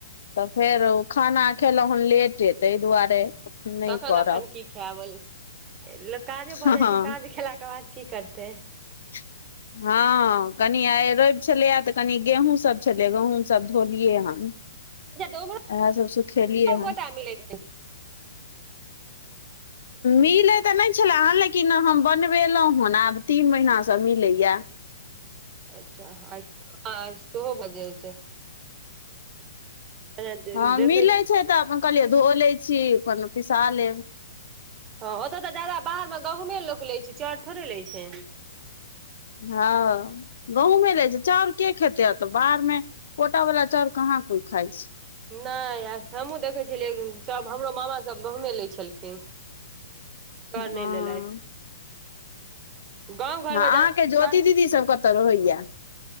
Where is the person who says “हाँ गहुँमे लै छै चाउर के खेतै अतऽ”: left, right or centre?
Left